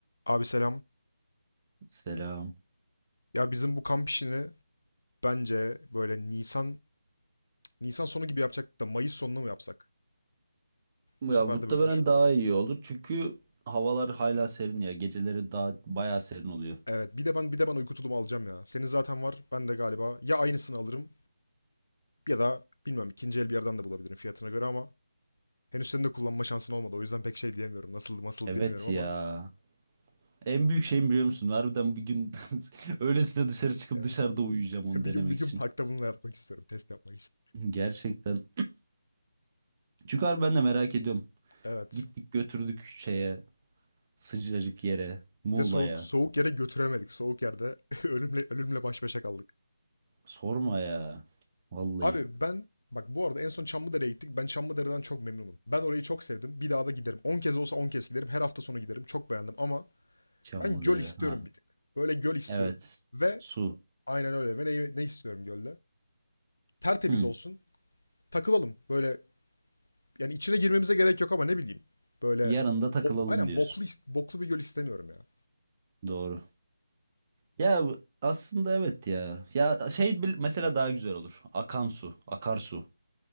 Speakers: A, on the left; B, on the right.
A: Abi selam.
B: Selam.
A: Ya bizim bu kamp işini bence böyle Nisan Nisan sonu gibi yapacaktık da Mayıs sonuna mı yapsak?
B: Ya
A: Bu sefer
B: muhtemelen
A: de böyle düşünüyordum.
B: daha iyi olur çünkü havalar hala serin ya. Geceleri daha bayağı serin oluyor.
A: Evet, bir de ben bir de ben uyku tulumu alacağım ya. Senin zaten var. Ben de galiba ya aynısını alırım ya da bilmem ikinci el bir yerden de bulabilirim fiyatına göre ama henüz senin de kullanma şansın olmadı. O yüzden pek şey diyemiyorum. Nasıl nasıl
B: Evet
A: diyemiyorum
B: ya.
A: ama
B: En büyük şeyim biliyor musun? Harbiden bir gün <laughs> öylesine dışarı çıkıp
A: evet.
B: dışarıda uyuyacağım onu
A: <laughs>
B: denemek
A: Bir gün bir gün
B: için.
A: parkta bununla yapmak istiyorum. Test yapmak için.
B: Gerçekten. Çünkü harbi ben de merak ediyorum.
A: Evet.
B: Gittik götürdük şeye sıcacık yere Muğla'ya.
A: Ve soğuk soğuk yere götüremedik. Soğuk yerde <laughs> ölümle ölümle baş başa kaldık.
B: Sorma ya. Vallahi
A: Abi ben bak bu arada en son Çamlıdere'ye gittik. Ben Çamlıdere'den çok memnunum. Ben orayı çok sevdim. Bir daha da giderim. 10 kez olsa 10 kez giderim. Her hafta sonu giderim. Çok beğendim ama
B: Çamlıdere.
A: ben göl istiyorum
B: Ha.
A: bir tık. Böyle göl istiyorum.
B: Evet.
A: Ve
B: Su.
A: aynen öyle. Ve ne, ne istiyorum gölde? Tertemiz
B: Hı.
A: olsun. Takılalım. Böyle yani içine girmemize gerek yok ama ne bileyim. Böyle
B: Yarın da takılalım
A: bo- aynen
B: diyorsun.
A: boklu is- boklu bir göl istemiyorum ya.
B: Doğru. Ya aslında evet ya. Ya şey bil- mesela daha güzel olur. Akan su, akarsu.